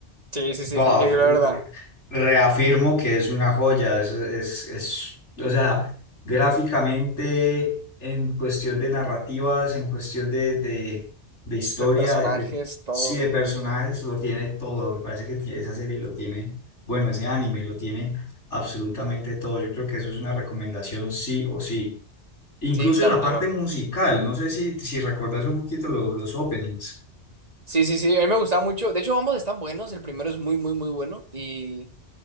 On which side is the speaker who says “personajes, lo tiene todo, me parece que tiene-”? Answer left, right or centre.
Left